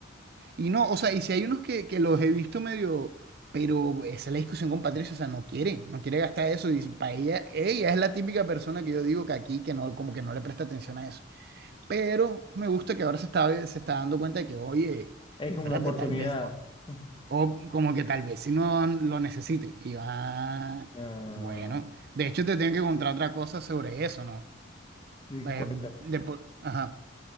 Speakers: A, on the right; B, on the left.
A: Y no, o sea, y si hay unos que, que los he visto medio, pero esa es la discusión con Patricia, o sea, no quiere, no quiere gastar eso. Y para ella, ella es la típica persona que yo digo que aquí, que no, como que no le presta atención a eso. Pero me gusta que ahora se está, se está dando cuenta de que, oye,
B: Es
A: espérate,
B: una oportunidad.
A: tal vez,
B: <laughs>
A: o como que tal vez si no lo necesite. Y va,
B: Ah,
A: bueno, de hecho te tengo que contar otra cosa sobre eso, ¿no?
B: y
A: Eh,
B: cuenta.
A: de por- ajá.